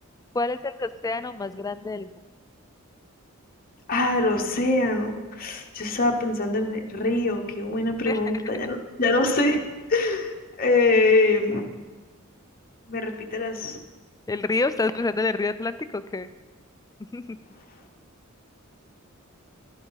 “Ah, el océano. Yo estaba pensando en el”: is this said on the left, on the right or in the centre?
Left